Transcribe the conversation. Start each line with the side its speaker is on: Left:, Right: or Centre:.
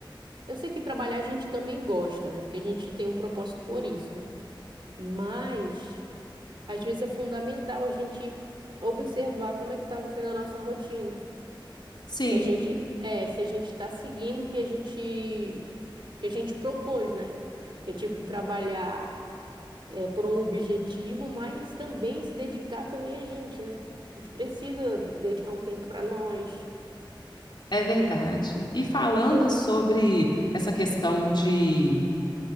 Right: Eu sei que trabalhar a gente também gosta, né? Porque a gente tem um propósito por isso, né? Mas às vezes é fundamental a gente observar como é que tá sendo a nossa rotina.
Left: Sim,
Right: Se a gente, é, se a gente está seguindo o que a gente, que a gente propôs, né? Que é tipo trabalhar é, por um objetivo, mas também se dedicar também a gente, né? A gente precisa dedicar um tempo para nós,
Left: é verdade.
Right: né?
Left: E falando
Right: Porque
Left: sobre essa questão de